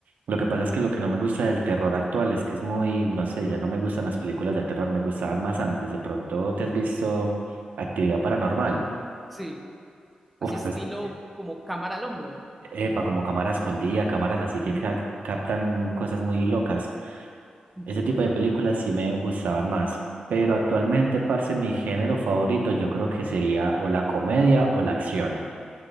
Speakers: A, on the right; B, in the centre.
A: Lo que pasa es que lo que no me gusta del terror actual es que es muy, no sé, ya no me gustan las películas de terror, me gustaban más antes. De pronto te has visto Actividad Paranormal.
B: Sí,
A: Uf,
B: así estilo
A: esas- e-
B: como cámara al hombro.
A: epa, como cámaras escondida, cámaras así que
B: Ujú,
A: ca- captan cosas muy locas.
B: Entiendo.
A: Ese tipo de películas sí me gustaban más, pero actualmente, parce, mi género favorito yo creo que sería o la comedia o la acción.